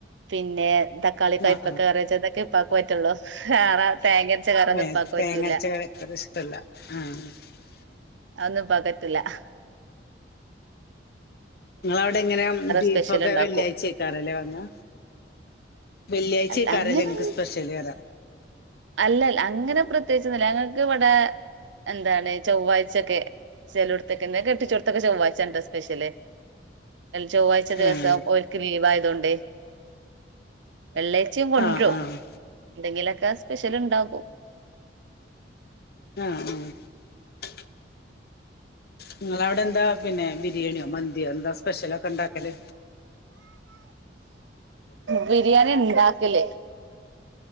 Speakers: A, on the right; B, on the left.
A: പിന്നെ തക്കാളി കയപ്പക്ക
B: ആഹ്
A: കറിവെച്ചതൊക്കെ ഉപ്പാക്ക് പറ്റുള്ളൂ <unintelligible> തേങ്ങരച്ച കറി ഒന്നും
B: ആഹ്
A: ഉപ്പാക്ക്
B: തേങ്ങരച്ച
A: പറ്റൂല
B: <unintelligible>
A: അതൊന്ന് പക ല്ല <inaudible>
B: ഇങ്ങളെ അവിടെ എങ്ങന ബീഫൊക്കെ
A: സ്പെഷ്യൽ ഉണ്ടാക്കും
B: വെള്ളിയാഴ്ചക്ക വാങ്ങാ. വെള്ളിയാഴ്ചക്കാറല്ലേ
A: അല്ല അങ്ങനെ
B: എങ്ങക്ക് സ്പെഷ്യല് വരാം
A: അല്ല അങ്ങനെ പ്രത്യേകിചൊന്നുല്ല ഞങ്ങക്ക് ടെ എന്താണ് ചൊവ്വാഴ്ചൊക്കെ ചേലെടതൊക്കെ എന്ത കെട്ടിച്ചെടുത്തൊക്കെ ചൊവ്വാഴ്ച ഉണ്ടോ സ്പെഷ്യല് ചൊവ്വാഴ്ച ദിവസം
B: ആഹ്
A: ഓലക്ക് ലീവായി അതുകൊണ്ട് വെള്ളാഴ്ച്ചയും കൊണ്ടുരും
B: ആഹ് ആഹ്
A: എന്തെങ്കില <inaudible> സ്പെഷ്യലുണ്ടാകും
B: ആഹ ആ നിങ്ങള അവിടെ എന്താ പിന്നെ ബിരിയാണിയോ മന്തിയോ എന്താ സ്പെഷ്യൽക്ക ണ്ടാക്കല്
A: ബിരിയാണി ഇണ്ടാക്കല്ലേ